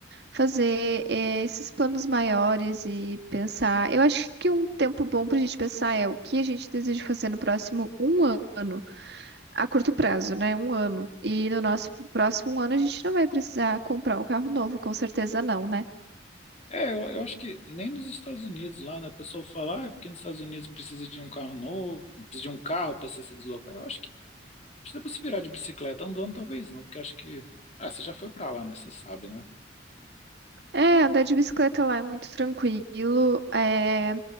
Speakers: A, on the right (about 60°); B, on the left (about 35°).
A: fazer é, esses planos maiores e pensar. Eu acho que um tempo bom para a gente pensar é o que a gente deseja fazer no próximo um ano, a curto prazo, né? Um ano. E no nosso próximo ano a gente não vai precisar comprar um carro novo, com certeza não, né?
B: É, eu, eu acho que nem nos Estados Unidos lá, né? O pessoal fala, ah, é porque nos Estados Unidos precisa de um carro novo, precisa de um carro para você se deslocar. Eu acho que precisa para se virar de bicicleta andando, talvez não, porque eu acho que. Ah, você já foi para lá, né? Você sabe, né?
A: É, andar de bicicleta lá é muito tranquilo. É... A